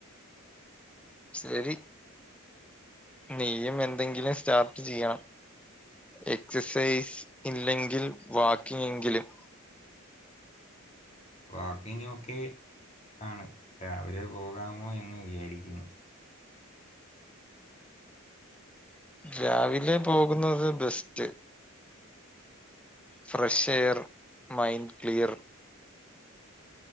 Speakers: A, in the centre; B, on the left.
A: ശരി നീയും എന്തെങ്കിലും സ്റ്റാർട്ട് ചെയ്യാം എക്സസൈസ് ഇല്ലെങ്കിൽ വാക്കിംഗ് എങ്കിലും
B: വാക്കിങ്ങ് ഒക്കെ ആണ് രാവിലെ പോകാമോ എന്ന് വിചാരിക്കുന്നു
A: രാവിലെ പോകുന്നത് best fresh air mind clear